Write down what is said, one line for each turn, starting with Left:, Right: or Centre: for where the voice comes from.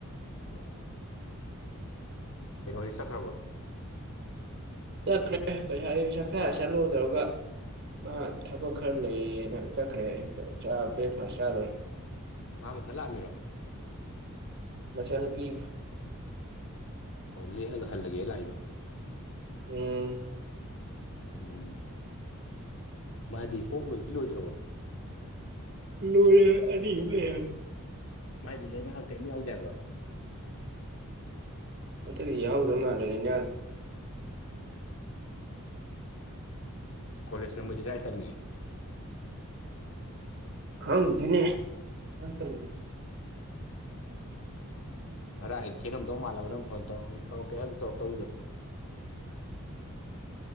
Left: ꯑꯣ ꯀꯩꯅꯣꯗꯤ ꯆꯠꯈ꯭ꯔꯕꫭ
Right: ꯆꯠꯈ꯭ꯔꯦ ꯉꯁꯥꯏ ꯑꯌꯨꯛ ꯆꯥꯛꯆꯥꯔ ꯆꯠꯂꫭ ꯇꯧꯔꯒ ꯃꯥ ꯊꯕꯛ ꯈꯔ ꯂꯩꯌꯦꯅ ꯆꯠꯈ꯭ꯔꯦ ꯑꯌꯨꯛꯇ ꯆꯥꯛ ꯕ꯭ꯔꯦꯛꯐꯥꯁ ꯆꯥꯂꫭꯏꯔꯦ
Left: ꯃꯥ ꯃꯊꯟ ꯂꯥꯛꯑꯝꯃꯤꯔꯣ
Right: ꯃꯆꯟꯅꯨꯄꯤꯒ
Left: ꯑꯣ ꯂꯦꯛꯑꯒ ꯍꯜꯂꯒꯦꯅ ꯂꯥꯛꯏꯕ
Right: ꯎꯝ
Left: ꯎꯝ ꯃꯥꯗꯤ ꯑꯣꯛ ꯂꯣꯏꯕꯗꯤ ꯂꯣꯏꯗ꯭ꯔꯕ
Right: ꯂꯣꯏꯔꯦ ꯑꯅꯤꯃꯨꯛ ꯂꯩꯍꯧꯋꯦ
Left: ꯃꯥꯏꯗꯤ ꯂꯩꯅ ꯀꯔꯤꯝ ꯌꯥꯎꯗꯦ ꯍꯥꯏꯕꯗꯣ
Right: ꯃꯊꯛꯇꯗꯤ ꯌꯥꯍꯧꯗ꯭ꯔꯕ ꯃꯥꯟꯗꯅꯦ ꯅꯍꯥꯟ
Left: ꯎꯝ ꯀꯣꯂꯦꯖꯅ ꯃ ꯀꯥꯏ ꯇꯔꯃꯤ
Right: ꯈꯪ ꯅꯦ ꯑꯇ
Left: ꯉꯔ ꯑꯩ ꯊꯦꯡꯉꯝꯗꯧ ꯃꯥꯜꯂꯕꯅꯪ ꯐꯣꯟ ꯇꯧꯔꯛꯒꯦ ꯇꯧ ꯀꯩ ꯇꯧꯔꯛꯇꯧꯗꯨꯗꯣ